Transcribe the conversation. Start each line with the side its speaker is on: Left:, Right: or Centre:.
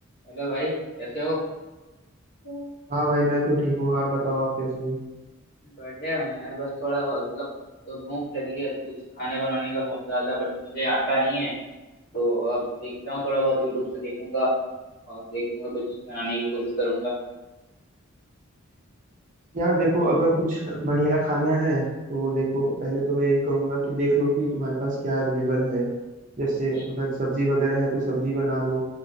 Left: Hello भाई कैसे हो हूँ।
Right: हाँ भाई मैं तो ठीक हूँ आप बताओ आप कैसे हो
Left: बढ़िया हूँ यार बस थोड़ा मतलब तो भूख लगी है तो कुछ खाने बनाने का सोच रहा था बट मुझे आता नहीं है तो अब देखता हूँ थोड़ा बहुत यूट्यूब से देखूंगा और देखूंगा कुछ बनाने की कोशिश करूंगा
Right: यार देखो अगर कुछ बढ़िया खाना है तो देखो पहले तो मैं यही कहूंगा कि देख लो कि तुम्हारे पास क्या अवेलेबल है जैसे
Left: हम्म
Right: अगर सब्जी वगैरह है तो सब्जी बना लो